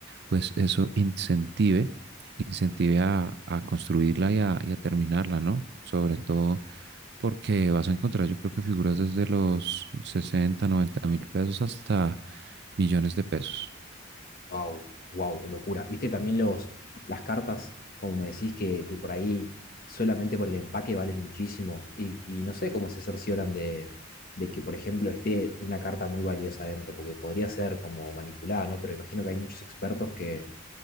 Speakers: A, on the right; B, on the left.
A: pues eso incentive incentive a, a construirla y a, y a terminarla, ¿no? Sobre todo porque vas a encontrar, yo creo que figuras desde los 60, 90 mil pesos hasta millones de pesos.
B: Wow, wow, locura. ¿Viste también los, las cartas, como me decís, que, que por ahí solamente por el empaque valen muchísimo? Y, y no sé cómo se cercioran de, de que, por ejemplo, esté una carta muy valiosa adentro, porque podría ser como manipulada, ¿no? Pero imagino que hay muchos expertos que,